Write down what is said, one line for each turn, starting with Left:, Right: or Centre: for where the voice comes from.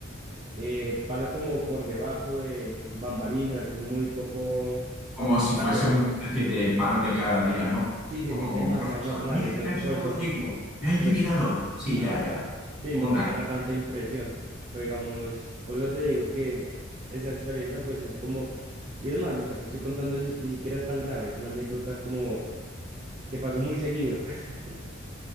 Right: eh, pasa como por debajo de bambalinas, es muy poco
Centre: como si
Right: grave.
Centre: fuese una especie de pan de cada día, ¿no?
Right: Sí, se
Centre: O
Right: siente
Centre: Como,
Right: demasiado
Centre: profesor,
Right: normal,
Centre: mire
Right: entonces
Centre: que ha hecho
Right: por eso,
Centre: un Rodrigo, me ha intimidado.
Right: por eso,
Centre: Sí,
Right: ajá,
Centre: ya, ya.
Right: sí,
Centre: Ponga
Right: no
Centre: una
Right: genera
Centre: cara.
Right: tanta impresión. Pero digamos, por eso te digo que esa experiencia pues es como, y es más, lo que te estoy contando ni, si- ni siquiera es tan grave, es una anécdota como que pasó muy seguido. <laughs>